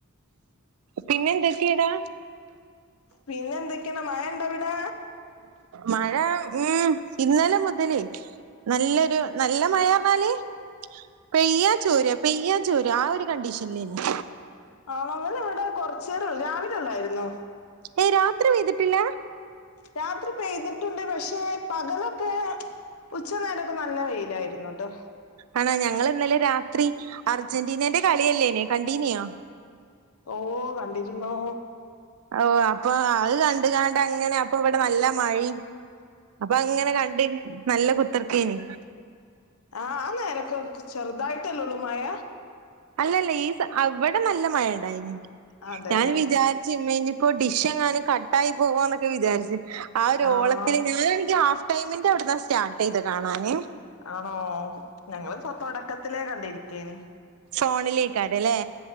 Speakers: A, on the right; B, on the left.
A: പിന്നെ എന്തൊക്കെയാടാ
B: വേറെ എന്തൊക്കെയണ് മഴ ഉണ്ടാ അവിടെ
A: മഴ ഉം ഇന്നലെ മുതല് നല്ലൊരു നല്ല മഴയാ പറഞ്ഞാല് പെയ്യാ ചോരുവാ
B: ആഹ്
A: പെയ്യാ ചോരുവാ ആ ഒരു കണ്ടീഷനിലായിരുന്നു
B: ആ നമ്മടെ ഇവിടെ കൊറച്ച് നേരം രാവിലെ ഉള്ളായിരുന്നൂ.
A: ഏയ് രാത്രി പെയിതിട്ടില്ല
B: രാത്രി പെയ്തിട്ടുണ്ട് പക്ഷെ പകലൊക്കെ ഉച്ച നേരൊക്കെ നല്ല വെയിലായിരുന്നുട്ടോ.
A: ആണാ ഞങ്ങൾ ഇന്നലെ രാത്രി അർജന്റീനന്റെ കളിയല്ലേനി കണ്ടീനിയോ
B: ഓഹ് കണ്ടിരുന്നൂ.
A: ഓ അപ്പൊ അത് കണ്ട കണ്ട് അങ്ങനെ അപ്പൊ ഇവിടെ നല്ല മഴയും. അപ്പൊ അങ്ങനെ കണ്ട് നല്ല കുത്തർക്കീനി
B: ആഹ് ആ നെരൊക്കെ ചെറുതായിട്ടല്ലോ ഉള്ളൂ മയ
A: അല്ലല്ല ഇവിടെ നല്ല മഴ ഉണ്ടായിനി
B: അതെല്ലേ
A: ഞാൻ വിചാരി ചിമ്മനി ഇപ്പോ ഡിഷ് എങ്ങാനും കട്ടായി പോവാന്നൊക്കെ വിചാരിച്ചു. ആ ഒരു
B: ആഹ്
A: ഓളത്തിന് ഞാന എനിക്ക് ഹാഫ് ടൈമിന്റെ അവിടന്നാ സ്റ്റാർട്ട് ചെയ്തത് കാണാന്.
B: ആണോ ഞങ്ങള് തൊടക്കത്തില കണ്ടിരിക്കന്
A: ഫോണിലേക്കാട് അല്ലേ